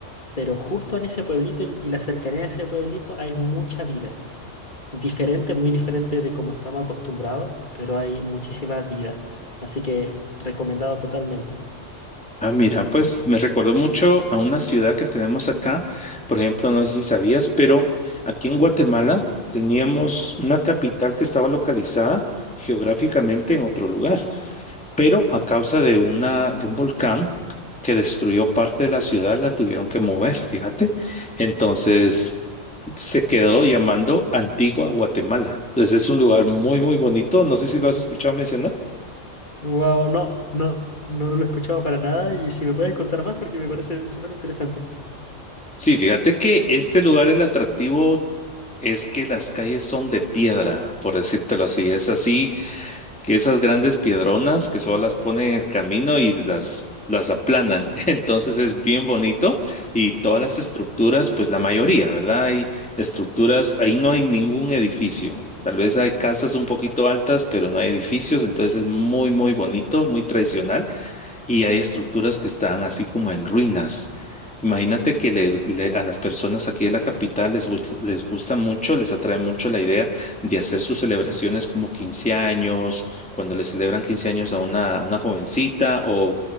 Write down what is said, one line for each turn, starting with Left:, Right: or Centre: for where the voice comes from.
Left: Pero justo en ese pueblito y la cercanía de ese pueblito hay mucha vida. Diferente, muy diferente de como estamos acostumbrados, pero hay muchísima vida. Así que recomendado totalmente.
Centre: Ah, mira, pues me recordó mucho a una ciudad que tenemos acá. Por ejemplo, no sé si sabías, pero aquí en Guatemala teníamos una capital que estaba localizada geográficamente en otro lugar, pero a causa de una, de un volcán que destruyó parte de la ciudad, la tuvieron que mover, fíjate. Entonces se quedó llamando Antigua Guatemala. Entonces es un lugar muy, muy bonito. No sé si lo has escuchado mencionar.
Left: Wow, no, no, no, no lo he escuchado para nada y si me puedes contar más porque me parece súper interesante.
Centre: Sí, fíjate que este lugar, el atractivo Es que las calles son de piedra, por decírtelo así. Es así que esas grandes piedronas que solo las ponen en el camino y las, las aplanan. <laughs> Entonces es bien bonito y todas las estructuras, pues la mayoría, ¿verdad? Hay estructuras, ahí no hay ningún edificio. Tal vez hay casas un poquito altas, pero no hay edificios. Entonces es muy, muy bonito, muy tradicional y hay estructuras que están así como en ruinas. Imagínate que le- le- a las personas aquí de la capital les, gust- les gusta mucho, les atrae mucho la idea de hacer sus celebraciones como 15 años, cuando le celebran 15 años a una, a una jovencita o,